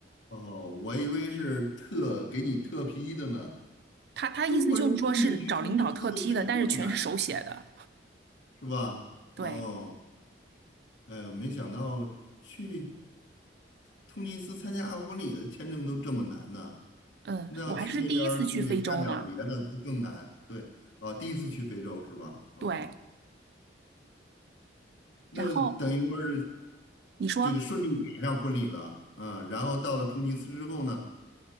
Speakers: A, on the left (about 80°); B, on the right (about 60°).
A: 哦，我以为是特给你特批的呢。
B: 他他意思就是说是找领导特批的，
A: 中国人申请去突尼斯的签证这么难，
B: 但是全是手写的。
A: 是吧？
B: 对，
A: 哦，哎呦没想到去突尼斯参加婚礼的签证都这么难呢。
B: 嗯，
A: 那要去那边儿去干点儿别的，
B: 我还是第一次去非洲呢。
A: 不更难？对，啊，第一次去非洲是吧？嗯，
B: 对。
A: 那等于说是
B: 然后你说
A: 这个顺利赶上婚礼了，嗯，然后到了突尼斯之后呢，